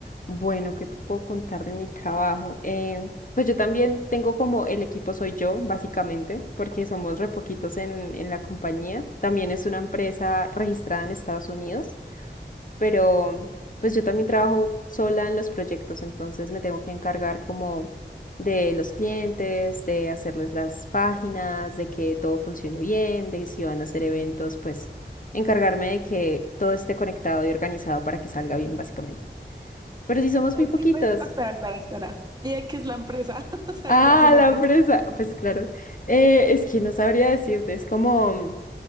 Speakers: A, on the left; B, on the right.
A: Bueno, ¿qué te puedo contar de mi trabajo? Eh, pues yo también tengo como el equipo soy yo, básicamente, porque somos re poquitos en, en la compañía. También es una empresa registrada en Estados Unidos, pero pues yo también trabajo sola en los proyectos, entonces me tengo que encargar como de los clientes, de hacerles las páginas, de que todo funcione bien, de si van a hacer eventos, pues encargarme de que todo esté conectado y organizado para que salga bien, básicamente. Pero si somos
B: Ok,
A: muy poquitos.
B: pues, espera, espera, espera. ¿Y de qué es la empresa? <laughs> O sea,
A: Ah,
B: ¿qué hace la
A: la
B: empresa?
A: presa. Pues claro. Eh, es que no sabría decirte. Es como mm,